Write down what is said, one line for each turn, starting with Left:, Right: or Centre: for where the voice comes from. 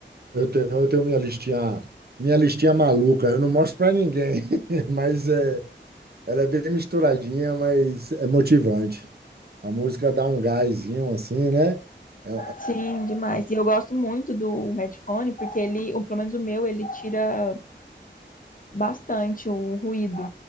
Right: Eu tenho, eu tenho minha listinha, minha listinha maluca, eu não mostro pra ninguém, <laughs> mas é Ela é bem misturadinha, mas é motivante. A música dá um gásinho assim, né? É,
Left: Sim, demais. E eu gosto muito do headphone, porque ele, ou pelo menos o meu, ele tira bastante o ruído.